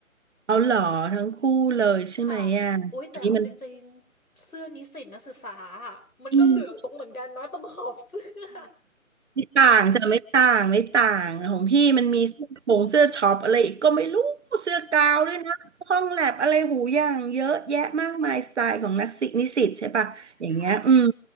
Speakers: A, on the right; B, on the left.
A: เอาเหรอทั้งคู่เลยใช่ไหมอ่ะอันนี้มัน
B: ค่ะโอ๊ยแต่เอาจริงๆเสื้อนิสิตนักศึกษาอะมันก็เหลืองตรงเหมือนกันนะตรงขอบเสื้อ
A: อืม ไม่ต่างจะไม่ต่างไม่ต่างของพี่มันมีเสื้อโปรงเสื้อช็อปอะไรอีกก็ไม่รู้เสื้อกาวด้วยนะห้องแลบอะไรหูอย่างเยอะแยะมากมายสไตล์ของนักศึกนิสิตใช่ปะอย่างเงี้ยอืม
B: <laughs> ค่ะ